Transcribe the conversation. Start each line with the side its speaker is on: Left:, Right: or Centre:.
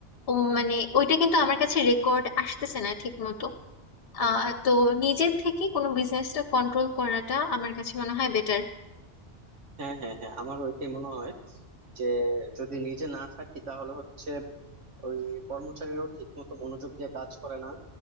Left: ও মানে ওইটা কিন্তু আমার কাছে রেকর্ড আসতেছে না ঠিক মতো আহ তো নিজের থেকে কোনো বিজনেসটা কন্ট্রোল করাটা আমার কাছে মনে হয় বেটার
Right: হ্যাঁ হ্যাঁ হ্যাঁ আমার ওইটাই মনে হয় যে যদি নিজে না থাকি তাহলে হচ্ছে ওই কর্মচারীরাও ঠিক মতো মনোযোগ দিয়ে কাজ করে না